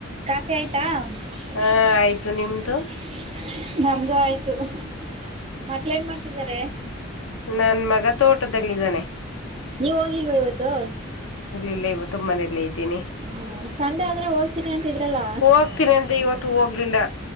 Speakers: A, on the right (about 30°); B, on the left (about 70°).
A: ಟೀ ಆಯ್ತಾ <unintelligible>
B: ಹಾ ಆಯ್ತು ನಿಮ್ದು
A: ನಮ್ದು ಆಯ್ತ ತ್ಹ ಮಕ್ಳ ಏನ್ ಮಾಡ್ತಿದ್ದಾರೆ.
B: ನನ್ ಮಗ ತೋಟದಲ್ಲಿದ್ದಾನೆ.
A: ನೀವ ಹೋಗಿಲ್ವ ಇವತ್ತು.
B: ಇಲ್ಲ ಇವತ್ತು ಮನೆಲೆ ಇದ್ ದ್ದೀನಿ
A: ಹ್ಮ ಸಂಡೆ ಆದ್ರೆ ಹೋಗ್ತೀನಿ ಅಂತಿದ್ರಲ್ಲ
B: ಹೋಗ್ತೀನಿ ಅಂದೆ ಇವತ್ತು ಹೋಗ್ಲಿಲ್ಲ.